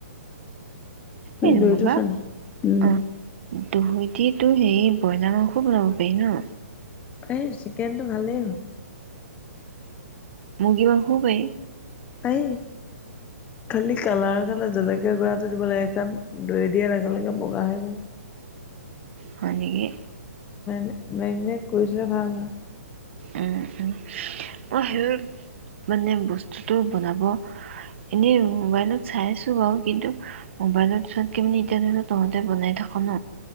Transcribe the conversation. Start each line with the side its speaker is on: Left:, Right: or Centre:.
Right: এই
Left: দৈটো
Right: বোবা
Left: সানি উমম
Right: অ' দৈ দি তোৰ হেৰি ব্ৰইলাৰ মাংসও বনাব পাৰি ন?
Left: এই চিকেনটো ভালেই হল।
Right: মূৰ্গী পা মহো পাৰি
Left: এই খালি কালাৰৰ কাৰণে জলকীয়া গুৰাটো দিব লাগে, কাৰণ দৈ দিয়াৰ লগে লগে বগা হয় যাই।
Right: হয় নেকি?
Left: <unintelligible> মেগ্নেত গজিলে ভাল হয়।
Right: উম, উম, মই সেই মানে বস্তুতটো বনাব এনে মোবাইলত চাই আছোঁ বাৰু কিন্তু মোবাইলত চোৱাতকে মানে এতিয়া ধৰ তহঁতে বনাই থাক ন।